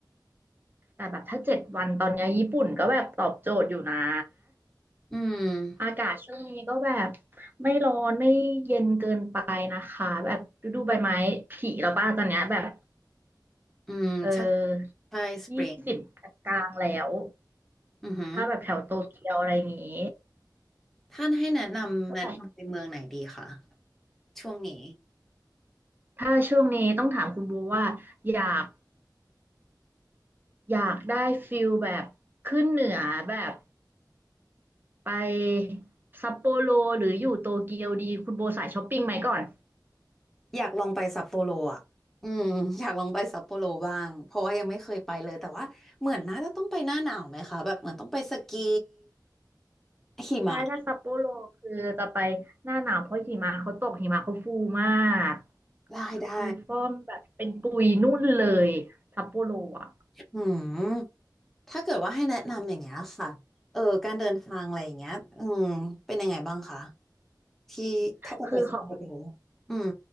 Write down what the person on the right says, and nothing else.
แต่แบบถ้าเจ็ดวันตอนเนี้ยญี่ปุ่นก็แบบตอบโจทย์อยู่นะ
อากาศช่วงนี้ก็แบบไม่ร้อนไม่เย็นเกินไปนะคะแบบฤดูใบไม้ผลิแล้วป้าตอนเนี้ยแบบ
เออ
ยี่สิบกลางๆแล้ว
ถ้าแบบแถวโตเกียวอะไรอย่างงี้
ก็แบบ
ถ้าช่วงนี้ต้องถามคุณบูว่าอยากอยากได้ฟิลแบบขึ้นเหนือแบบไปซัปโปโรหรืออยู่โตเกียวดีคุณโบสายช้อปปิ้งไหมก่อน
ใช่ถ้าซัปโปโรคือจะไปหน้าหนาวเพราะหิมะเขาตกหิมะเขาฟูมาก
ฟูฟ่องแบบเป็นปุยนุ่นเลยซัปโปโรอ่ะ
คือของ